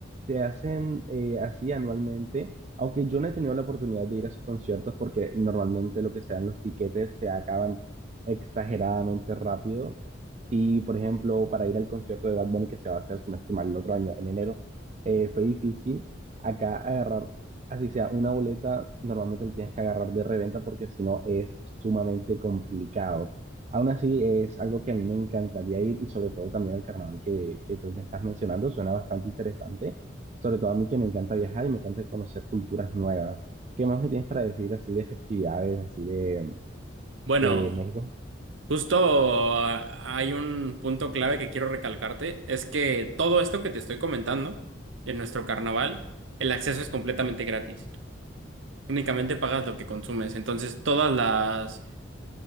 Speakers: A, on the right; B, on the right.
A: se hacen eh, así anualmente, aunque yo no he tenido la oportunidad de ir a esos conciertos porque normalmente lo que se dan los tiquetes se acaban exageradamente rápido. Sí, por ejemplo, para ir al concierto de Bad Bunny que se va a hacer, si no estoy mal, el otro año, en enero, eh, fue difícil acá agarrar, así sea, una boleta, normalmente la tienes que agarrar de reventa porque si no es sumamente complicado. Aún así, es algo que a mí me encantaría ir y sobre todo también al carnaval que, que tú me estás mencionando, suena bastante interesante, sobre todo a mí que me encanta viajar y me encanta conocer culturas nuevas. ¿Qué más me tienes para decir así de festividades, así de,
B: Bueno.
A: de México?
B: Justo ah, hay un punto clave que quiero recalcarte, es que todo esto que te estoy comentando en nuestro carnaval, el acceso es completamente gratis. Únicamente pagas lo que consumes. Entonces, todas las